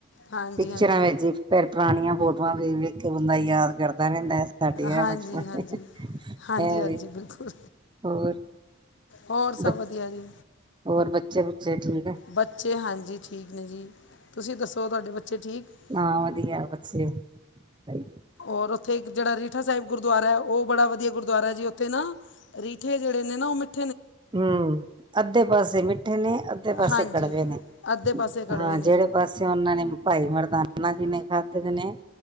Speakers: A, on the left; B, on the right.
A: ਹਾਂਜੀ
B: ਪਿਕਚਰਾਂ
A: ਹਾਂਜੀ
B: ਵਿੱਚ ਫਿਰ ਪੁਰਾਣੀਆਂ ਫੋਟੋਆਂ ਵੇਖ ਵੇਖ ਕੇ, ਬੰਦਾ ਯਾਦ ਕਰ- ਦਾ ਰਹਿੰਦਾ, ਸਾਡੀ ਐ
A: ਹਾਂਜੀ
B: ਬਚਪਨ
A: ਹਾਂਜੀ
B: ਦੀ,
A: ਹਾਂਜੀ
B: ਐ
A: ਹਾਂਜੀ
B: ਵੈ,
A: ਬਿਲਕੁਲ
B: ਹੋਰ।
A: ਹੋਰ ਸਭ
B: ਬ
A: ਵਧੀਆ ਜੀ।
B: ਹੋਰ ਬੱਚੇ-ਬੁੱਚੇ ਠੀਕ ਹੈ
A: ਬੱਚੇ ਹਾਂਜੀ ਠੀਕ ਨੇ ਜੀ। ਤੁਸੀਂ ਦੱਸੋ ਤੁਹਾਡੇ ਬੱਚੇ ਠੀਕ
B: ਹਾਂ ਵਧੀਆ ਬੱਚੇ ਬਈ।
A: ਔਰ ਉੱਥੇ ਜਿਹੜਾ ਰੀਠਾ ਸਾਹਿਬ ਗੁਰਦੁਆਰਾ ਐ ਉਹ ਬੜਾ ਵਧੀਆ ਗੁਰਦੁਆਰਾ ਐ ਜੀ ਉੱਥੇ ਨਾ ਰੀਠੇ ਜਿਹੜੇ- ਨੇ ਨਾ ਉਹ ਮਿੱਠ-
B: ਹਮ ਅੱਧੇ ਪਾਸੇ ਮਿੱਠੇ ਨੇ, ਅੱਧੇ ਪਾਸੇ
A: ਹਾਂਜੀ
B: ਕੜਵੇ ਨੇ।
A: ਅੱਧੇ ਪਾਸੇ ਕੜਵੇ
B: ਹਾਂ
A: ਨੇ
B: ਜਿਹੜੇ
A: ਜੀ
B: ਪਾਸੇ ਉਹਨਾਂ ਨੇ ਭਾਈ ਮਰਦਾਨਾ ਜੀ ਨੇ ਖਾਧੇ ਦੇ ਨੇ-